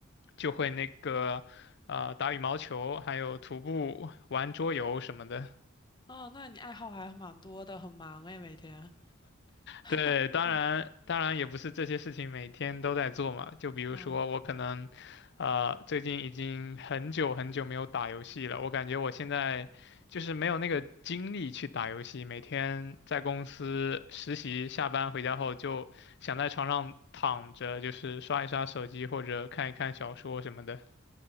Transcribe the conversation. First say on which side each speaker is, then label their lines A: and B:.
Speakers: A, on the left; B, on the left.
A: 就会那个啊，打羽毛球，还有徒步、玩桌游什么的。
B: 哦，那你爱好还蛮多的，很忙诶，每天。<laughs>
A: 对，当然当然也不是这些事情每天都在做嘛，
B: 嗯
A: 就比如说我可能呃最近已经很久很久没有打游戏了，
B: 嗯，
A: 我感觉我现在就是没有那个精力去打游戏，每天在公司实习，下班回家后就想在床上躺着，就是刷一刷手机或者看一看小说什么的。